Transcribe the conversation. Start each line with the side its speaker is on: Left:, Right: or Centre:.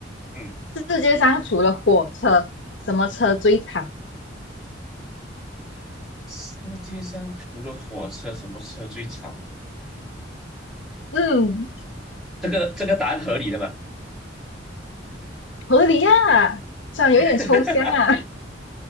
Centre: 嗯，
Left: 世界上除了火车，什么车最长？
Centre: 世界上除了火车，什么车最长？
Left: 嗯，
Centre: 这个这个答案合理的嘛？
Left: 合理呀、啊虽然有一点抽象啊，
Centre: <laughs>